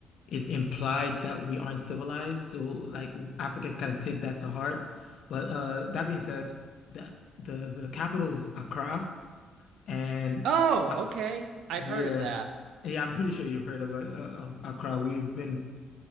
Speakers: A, on the left; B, on the right.
A: Is implied that we aren't civilized. So like Africans kind of take that to heart. But uh that being said, the the the capital is Accra and
B: oh
A: Ac
B: okay i've
A: yeah.
B: heard of that
A: Yeah, I'm pretty sure you've heard of, uh, of Accra. We've been